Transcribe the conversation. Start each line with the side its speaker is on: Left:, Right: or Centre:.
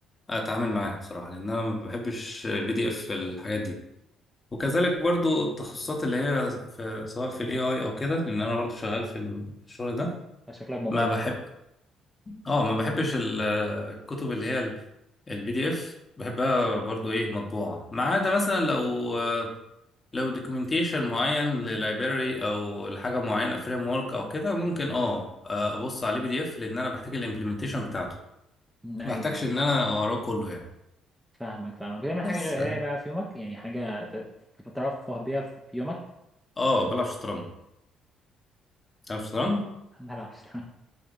Left: اتعامل معاها بصراحه لان انا ما بحبش البي دي اف الحاجات دي وكذلك برضو التخصصات اللي هي في سواء في الاي اي او كده لان انا برضو شغال في الم- في الشغل ده
Centre: شكلك مبرمج
Left: ما بحب اه ما بحبش ال- الكتب اللي هي البي دي اف بحبها برضو ايه مطبوعة ما عدا مثلا لو لو دوكيومنتيشن معين للايبراري او لحاجة معينة فريم ورك او كده ممكن اه ابص عليه بي دي اف لان انا بحتاج الامبلمنتيشن بتاعته
Centre: مم، ايوه
Left: ما بحتاجش
Centre: أيوة،
Left: ان انا اقراه كله يعني
Centre: فاهمك فاهمك بتعمل حاجه
Left: بس
Centre: غير القرايه بقى في يومك يعني حاجه ت- تترفه بيها في يومك
Left: اه بلعب شطرنج بلعب شطرنج
Centre: <laughs> بلعب شطرنج